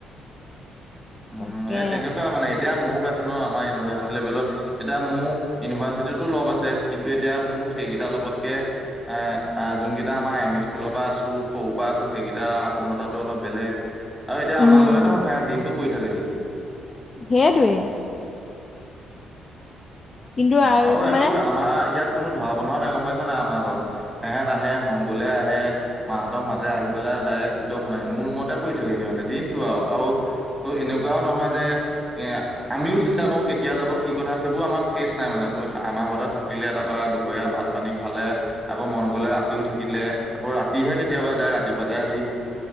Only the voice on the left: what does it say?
তাকে
উম,
উম,
সেইটোৱেই। কিন্তু
এইবোৰ
মানে